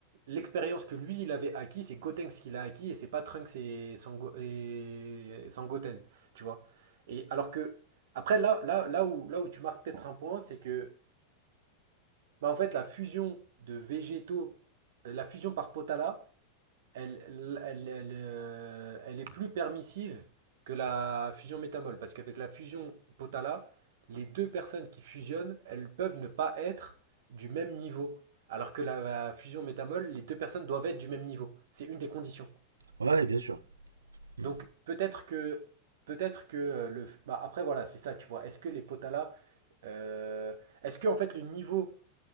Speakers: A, on the right (about 55°); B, on the right (about 75°).
A: l'expérience que lui, il avait acquis, c'est Gotenks qui l'a acquis, et c'est pas Trunks et, Sango- et Sangoten. Tu vois. Et alors que. Après, là, là, là où, là où tu marques peut-être un point, c'est que bah, en fait, la fusion de végétaux, euh, la fusion par potala, elle, elle, elle, elle, euh, elle est plus permissive que la fusion métamol. Parce qu'avec la fusion potala, les deux personnes qui fusionnent, elles peuvent ne pas être du même niveau. Alors que la, la fusion métamol, les deux personnes doivent être du même niveau. C'est une des conditions.
B: Ouais, bien sûr. Mm.
A: Donc peut-être que peut-être que euh, le bah, après voilà, c'est ça, tu vois. Est-ce que les Potala euh, est-ce que en fait le niveau